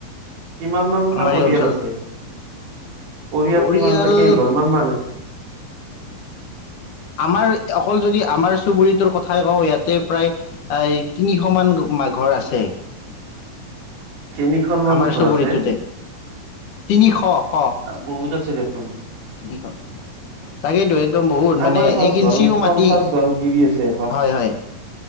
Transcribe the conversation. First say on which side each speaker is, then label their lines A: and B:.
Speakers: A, on the right; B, on the left.
A: কিমান মানটা
B: আমাৰ
A: পৰিয়াল
B: এই অঞ্চলত
A: আছে পৰিয়াল
B: পৰিয়াল
A: কিমানটাাকেই এঘৰ মান মান আছে।
B: আমাৰ অকল যদি আমাৰ চুবুৰীটোৰ কথাই কওঁ ইয়াতে প্ৰায় এই তিনিশ মান ঘৰ আছে।
A: তিনিখন মান
B: আমাৰ
A: ঘৰ
B: চুবুৰীটোতে
A: আছে
B: তিনিশ শ
A: বহুত আছে দেখোন।
B: <unintelligible> তাকেইেতো একদম বহুত মানে
A: আমাৰ পঞ্চাছ
B: এক
A: ঘৰ
B: ইঞ্চিও মাটি
A: পঞ্চাছ ঘৰ গিৰি আছে
B: হয়, হয়।